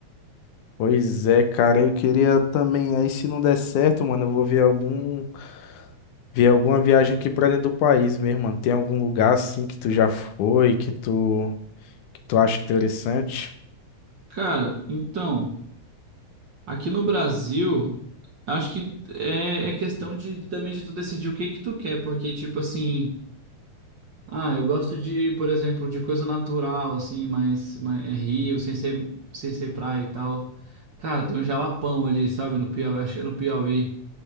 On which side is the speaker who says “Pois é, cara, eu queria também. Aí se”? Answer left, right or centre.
Left